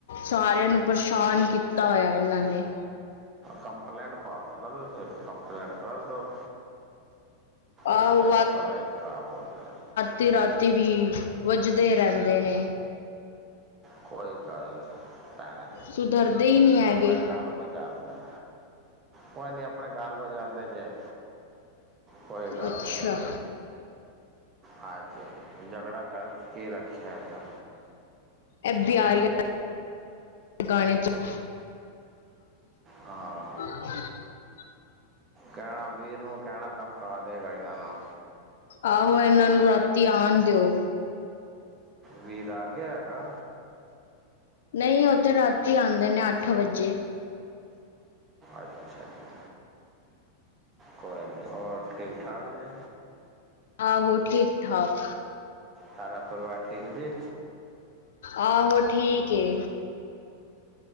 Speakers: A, on the left; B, on the right.
A: ਸਾਰਿਆਂ ਨੂੰ ਪਰੇਸ਼ਾਨ ਕੀਤਾ ਹੋਇਆ ਇਹਨਾਂ ਨੇ।
B: ਕੰਪਲੇਂਟ ਪਾ ਦੋ ਨਾ ਤੁਸੀਂ, ਕੰਪਲੇਂਟ ਕਰਦੋ।
A: ਆਹੋ
B: ਬੱਚਿਆਂ ਦੇ ਪੜ੍ਹਾਈ ਖ਼ਰਾਬ ਹੋਦੀ ਆ।
A: ਤੇ ਰਾਤੀਂ ਵੀ, ਵੱਜਦੇ ਰਹਿੰਦੇ ਨੇ।
B: ਕੋਈ ਗੱਲ ਨੀ ਭੈਣੇ,
A: ਸੁਧਰਦੇ ਹੀ ਨਹੀਂ ਹੈਗੇ
B: ਆਪਨੇ ਘਰ ਵਜਾਂਦਾ। ਕੋਈ ਨੀ ਆਪਣੇ ਘਰ ਵਜਾਂਦੇ ਜੇ। ਕੋਈ ਗੱਲ
A: ਅੱਛਾ
B: ਨੀ ਹੈਗੀ। ਹਾਂਜੀ, ਜਕੜਾ ਕਰਕੇ ਰੱਖਿਆ ਗਿਆ।
A: ਇਹ ਬਿਆਰੀ ਗਾਣੇ ਚ <inaudible>
B: ਹਾਂ।
A: <inaudible>
B: ਕੈਣਾ ਵੀਰ ਨੂੰ ਕੈਣਾ ਧਮਕਾ ਦੇਗਾ ਏਨਾਂ ਨੂੰ।
A: ਆਹੋ, ਏਨਾਂ ਨੂੰ ਰਾਤੀ ਆਨ ਦੇਓ?
B: ਵੀਰ ਆ ਗਯਾ ਹੈਗਾ?
A: ਨਈ ਓ ਤੇ ਰਾਤੀ ਆਂਦੇ ਨੇ ਅੱਠ ਵਜੇ।
B: ਅੱਛਾ ਜੀ। ਕੋਈ ਨੀ, ਹੋਰ ਠੀਕ-ਠਾਕ ਜੇ?
A: ਆਹੋ, ਠੀਕ-ਠਾਕ।
B: ਸਾਰਾ ਪਰਵਾਰ ਠੀਕ ਜੀ?
A: ਆਹੋ, ਠੀਕ ਏ।